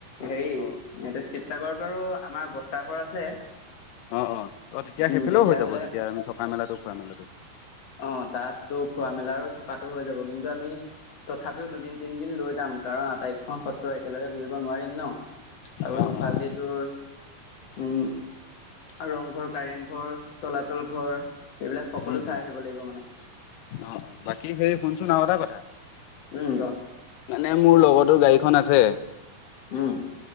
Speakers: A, on the left (about 60°); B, on the left (about 85°).
A: হেৰি এইটো
B: অ',
A: শিৱসাগৰত বাৰু আমাৰ বৰ্তাঘৰ আছে।
B: অ অ ত তেতিয়া
A: উম
B: সেইফালেও
A: তেতিয়াহ'লে
B: হৈ যাব তেতিয়া আমি থকা মেলাতো খোৱা মেলাতো।
A: অ তাতো খোৱা মেলা থকাতটো হৈ যাব কিন্তু আমি তথাপিও দুদিন তিনিদিন লৈ যাম কাৰণ আটাইকখন ত একেলগে ঘুৰিব নোৱাৰিম ন। আৰু
B: অ',
A: সিফাল
B: অ',
A: দি তোৰ উম আৰু ৰংঘৰ কাৰেং ঘৰ, তলাতল ঘৰ, এইবিলাক সকলো
B: উম,
A: চাই
B: উম,
A: আহিব লাগিব মানে।
B: অ বাকী সেই শুনচোন আৰু এটা কথা
A: উম ক
B: মানে মোৰ লগৰতো গাড়ীখন আছে।
A: উম।